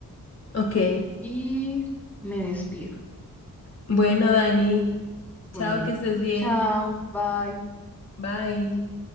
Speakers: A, on the left; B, in the centre.
A: Ok,
B: y me despido.
A: bueno, Dani,
B: Bueno,
A: chao, que estés bien.
B: chao, bye.
A: Bye.